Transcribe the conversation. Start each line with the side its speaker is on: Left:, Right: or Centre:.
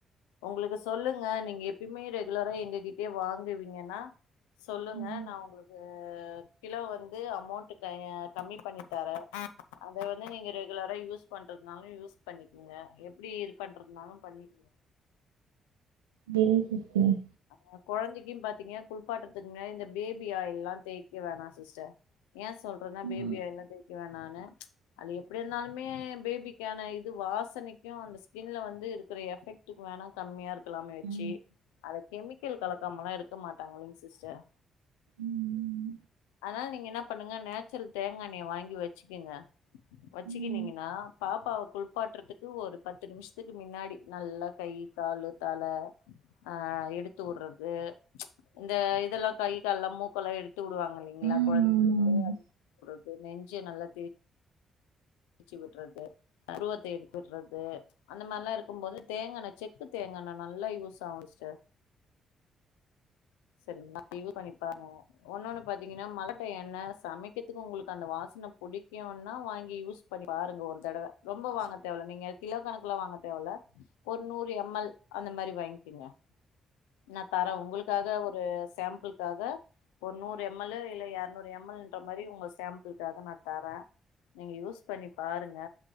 Left: ஒங்களுக்கு சொல்லுங்க நீங்க எப்பயுமே ரெகுலரா எங்க கிட்டயே வாங்குவீங்கன்னா சொல்லுங்க
Right: ம்
Left: நா ஒங்களுக்கு கிலோ வந்து அமௌண்ட் க கம்மி பண்ணி தரே அத வந்து நீங்க ரெகுலரா யூஸ் பண்றதுனாலு யூஸ் பண்ணிக்கெங்க எப்டி இது பண்றதுனாலு பண்ணிக்
Right: பெரி சிஸ்டர்
Left: ஆ கொழந்திக்கு பாத்தீங்க குள்பாட்டுறதுக்கு முன்னாடி இந்த பேபி ஆயில்ல தேய்க்க வேணா சிஸ்டர் ஏ சொல்றன்னா
Right: ம்
Left: பேபி ஆயில்லா தேக்கவேணானு ச் அது எப்டி இருந்தாலுமே பேபிக்கென்னாயிது வாசனைக்கு அந்த ஸ்கின்ல வந்து இருக்குற எஃபெக்டுகு வேணா கம்மியா இருக்கலாமேச்சி
Right: ஆ
Left: அத கெமிக்கல் கலக்காமலா இருக்க மாட்டாங்கலைங் சிஸ்டர்
Right: ம்
Left: அதனால நீங்க என்ன பண்ணுங்க நேச்சுரல் தேங்கண்ணெய வாங்கி வச்சிக்குங்க வச்சிக்கினீங்கன்னா
Right: ம்
Left: அ பாப்பாவ குள்ப்பாட்டுறதுக்கு ஒரு பத்து நிம்ஷத்துக்கு மின்னாடி நல்லா கை காலு தல ஆ எடுத்துவுறது ச் இந்த இதெல்லா கை கால்லா மூக்கெல்லா எடுத் துடுவாங்க இல்லைங்களா
Right: ஆமா
Left: கொழந்தைங்களுக்கு
Right: ஆமா ஆமா
Left: உறது நெஞ்சு நல்லா தேச் சி விட்றது புருவத்த எடுத்து உட்றது அந்த மர்லா இருக்கும் போது தேங்கான செக்கு தேங் காணா நல்லா யூஸ் ஆவு சிஸ்டர் செரிங்களா இது பண்ணி பாருங்க ஒன்னொண்ணு பாத்தீங்கன்னா மழ டைம்ல எண்ண சமைக்கத்துக்கு உங்களுக்கு அந்த வாச ன புடுக்கியூனா வாங்கி யூஸ் பண்ணி பாருங்க ஒரு தடவ ரொம்ப வாங்க தேவல்ல நீங்க கிலோ கணக்குல வாங்க தேவ ல ஒரு நூறு எம் எல் அந்த மாரி வாங்கிங்க நா தர உங்களுக்காக ஒரு சாம்புள்காக ஒரு நூறு எம் எல் லு இல்ல இறநூறு எம் எல்ன்ற மாரி உங்க சாம்புல்காக நா தர நீங்க யூஸ் பண்ணி பாருங்க